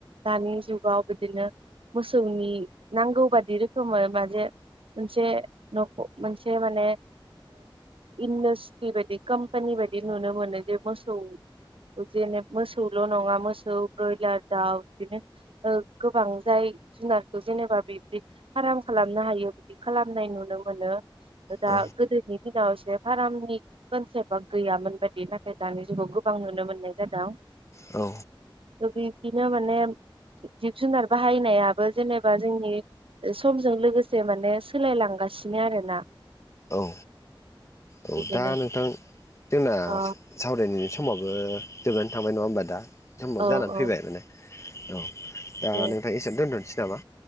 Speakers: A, on the right; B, on the left.
A: दानि जुगाव बिदिनो मोसौनि नांगौ बादि रोखोमै माजे मोनसे नखौ मोनसे माने इन्डासट्रि बायदि कम्पानि बायदि नुनो मोनो जे मोसौ बिदिनो मोसौल' नङा मोसौ ब्रयलार दाउ बिदिनो गोबां जाय जुनारखौ जेनेबा बिदि फार्म खालामनो हायो बिदि खालामनाय नुनो मोनो ओदा
B: औ
A: गोदोनि दिनाव जे फार्मनि कनसेप्टा गैयामोन बायदि नाथाय दानि जुगाव गोबां नुनो मोननाय जादों
B: औ
A: बिदिनो माने जिब जुनार बाहायनायाबो जेनेबा जोंनि समजों लोगोसे माने सोलायलांगासिनो आरोना।
B: औ। औ
A: बिदिनो
B: दा नोंथां जोंना
A: अ
B: सावरायनायनि समाबो जोबनानै थांबाय नङा होनबा दा समबाबो
A: औ
B: जानानै
A: औ
B: फैबाय माने औ। दा
A: दे
B: नोंथां एसेयावनो दोन्थ'नोसै नामा